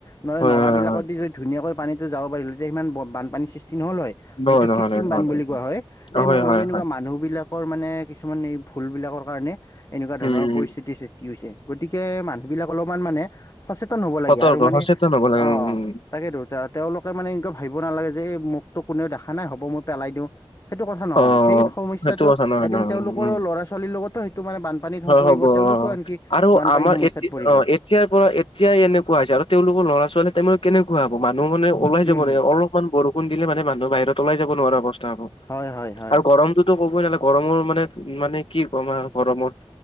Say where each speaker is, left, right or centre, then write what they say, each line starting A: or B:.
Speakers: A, on the left (about 35°); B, on the left (about 65°).
A: ন
B: হয়
A: নলা
B: হয়
A: বিলাকত
B: হয়
A: যদি ধুনীয়াকৈ পানী যাবা পাৰিলে, তেতিয়া সিমান বানপানীৰ সৃষ্টি নহ'ল হয়।
B: নহয়
A: যিটো
B: নহয়
A: কৃত্ৰিম
B: নহয়
A: বান বুলি কোৱা হয়।
B: নহয়
A: এই
B: হয়
A: মই ভাবি
B: হয়
A: এনেকুৱা
B: হয়
A: মানুহ বিলাক। মানে কিছুমান এই ভুল বিলাকৰ কাৰণে, এনেকুৱা ধৰণৰ
B: উম
A: পৰিস্থিতি সৃষ্ট হৈছে। গতিকে মানুহ বিলাক অলপমান মানে। সচেতন হ'ব লাগে,
B: সতৰ্ক
A: আৰু মানে
B: সচেতন হ'ব লাগে
A: অ'
B: উম উম
A: তাকেতো, তাত। তেওঁলোকে মানে এনেকা ভাবিব নালাগে যে, এই মোকটো কোনেও দেখা নাই, হ'ব মই পেলাই দিওঁ। সেইটো কথা নহয়,
B: অ
A: সেই সমস্যাটো
B: সেইটো কথা নহয়
A: এদিন
B: নহয়
A: তেওঁলোকৰো
B: উম
A: ল'ৰা ছোৱালীৰ লগতো সেইটো মানে বান বানপানীত সম
B: হয়
A: পৰিব,
B: হ'ব অ
A: তেওঁলোকও আনকি
B: আৰু
A: বানপানী
B: আমাৰ
A: সমস্যাত।
B: এতি
A: পৰিব
B: অ' এতিয়াৰ পৰা এতিয়াই এনেকুৱা হৈছে, আৰু তেওঁলোকৰ ল'ৰা ছোৱালী টাইমত কেনেকুৱা হ'ব, মানুহ মানে ওলাই
A: উম
B: যাব
A: হম
B: ৰে, অলপমান বৰষুণ দিলে মানে মানুহ বাহিৰত ওলাই যাব নোৱাৰা অৱস্থা হ'ব,
A: হয় হয় হয়
B: আৰু গৰমটোত। টো ক'বই নালাগে, গৰমৰ মানে মানে কি কম আৰু গৰমত।